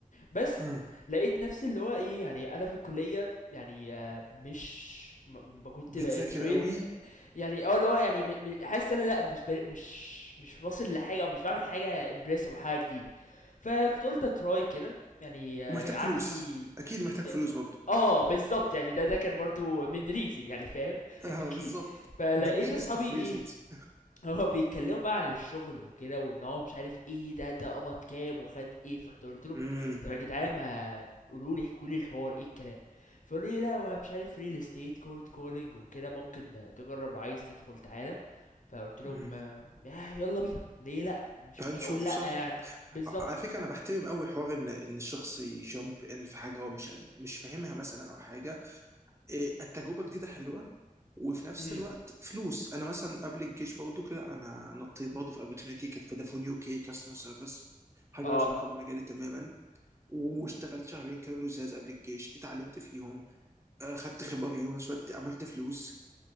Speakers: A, on the left (about 60°); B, on the right (about 20°).
A: بس
B: امم
A: لقيت نفسي اللي هو إيه يعني أنا في الكلية يعني آه، مش م ب كنت
B: بتذاكر
A: بانجوي
B: قوي
A: الم يعني آه اللي هو يعني م م حاسس إن أنا لأ مش بال مش مش واصل لحاجة أو مش باعمل حاجة impressive أو حاجة جديدة، فرُحت قُلت أtry كده يعني آه،
B: ومحتاج
A: عندي
B: فلوس اكيد محتاج
A: ي
B: فلوس برضه
A: آه بالضبط يعني ده ده كان برضه من reason يعني فاهم،
B: اه
A: <laughs> أكيد،
B: بالظبط
A: فلقيت
B: ذا مينست
A: أصحابي
B: اوف ريزونز
A: إيه هو بيتكلموا بقى عن الشغل وكده وان هو مش عارف ايه ده ده قبض كام وخد ايه فرحت قلت لهم
B: امم
A: طب يا جدعان ما قولوا لي احكوا لي الحوار ايه الكلام فقالوا لي لا هو مش عارف ريل استيت كولد كولينج وكده ممكن تجرب لو عايز تدخل تعالى فقلت لهم
B: امم
A: آه، يا- يلا بينا ليه لا مش
B: تعال
A: مش
B: نشوف
A: هقول لا
B: صح
A: يعني بالظبط
B: على فكره انا بحترم قوي حوار ان ان الشخص يجامب ان في حاجه هو مش قد مش فاهمها مثلا او حاجه إيه، التجربه جديده حلوه وفي نفس
A: امم
B: الوقت فلوس انا مثلا قبل الجيش برضه كده انا نطيت برضه في اوبورتونيتي كانت فودافون يو كي كاستمر سيرفيس حاجه
A: اه
B: مالهاش علاقه بمجالي تماما واشتغلت شهرين كانوا لزاز قبل الجيش اتعلمت فيهم آه، خدت خبره فيهم في نفس الوقت عملت فلوس